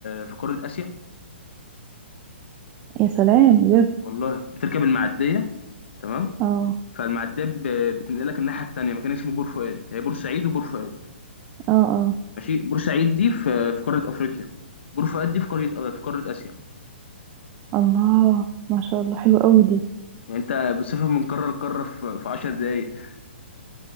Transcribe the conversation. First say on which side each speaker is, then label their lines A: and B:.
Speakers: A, on the left; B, on the right.
A: في قاره اسيا
B: يا سلام بجد
A: والله بتركب المعديه تمام
B: اه
A: فالمعديه ب- بتنقلك الناحيه التانيه مكان اسمه بور فؤاد هي بورسعيد وبور فؤاد
B: اه اه
A: ماشي بورسعيد دي في في قاره افريقيا بور فؤاد دي في قاره في قاره اسيا
B: الله ما شاء الله حلو قوي دي
A: يعني انت بتسافر من قاره لقاره في في 10 دقائق <laughs>